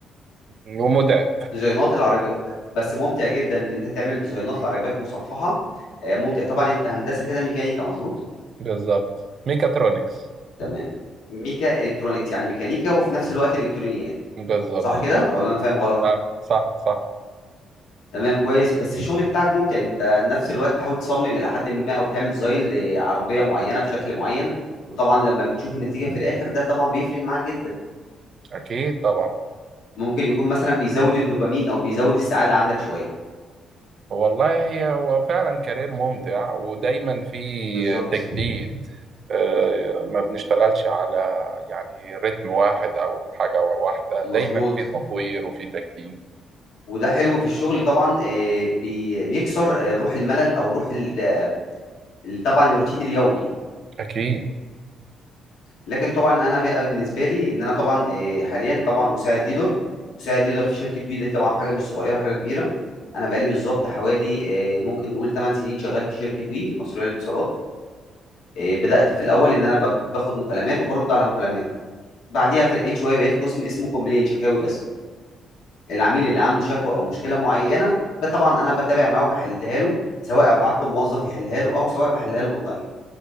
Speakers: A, on the right (about 55°); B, on the left (about 90°).
A: ومتعب
B: ديزاينات العربي بس ممتع جدا ان انت تعمل ديزاينات لعربيات مصفحه آه، ممتع طبعا انت هندسه كده ميكانيكا مظبوط
A: بالظبط ميكاترونكس
B: تمام ميكا الكترونيكس يعني ميكانيكا وفي نفس الوقت الكترونيات
A: بالظبط
B: صح كده ولا انا فاهم غلط
A: آه، صح صح
B: تمام كويس بس الشغل بتاعك ممتع يعني انت نفس الوقت تحاول تصمم الى حد ما او بتعمل ديزاين لعربيه معينه بشكل معين وطبعا لما بتشوف النتيجه في الاخر ده طبعا بيفرق معاك جدا
A: أكيد طبعا
B: ممكن يكون مثلا بيزود الدوبامين او بيزود السعاده عندك شويه
A: والله هي هو فعلا كارير ممتع ودايما في
B: بالظبط
A: تجديد آه، ما بنشتغلش على يعني رتم واحد أو حاجة واحدة
B: مظبوط
A: دايما في تطوير وفي تجديد
B: وده حلو في الشغل طبعا آه، بي- بيكسر آه، روح الملل او روح ال- ال- طبعا الروتين اليومي
A: أكيد
B: لكن طبعا انا بقى بالنسبه لي ان انا طبعا آه، حاليا طبعا مساعد ليدر مساعد ليدر في شركه وي دي طبعا حاجه مش صغيره حاجه كبيره انا بقالي بالظبط حوالي آه، ممكن نقول 8 سنين شغال في شركه وي المصريه للاتصالات آه، بدات في الاول ان انا بت- باخد مكالمات وبرد على مكالمات بعديها ترقيت شويه بقيت قسم اسمه كومبلين شكاوي بس العميل اللي عنده شكوى او مشكله معينه ب- طبعا انا بتابع معاه وبحلها له سواء ابعت له موظف يحلها له او سواء بحلها له اونلاين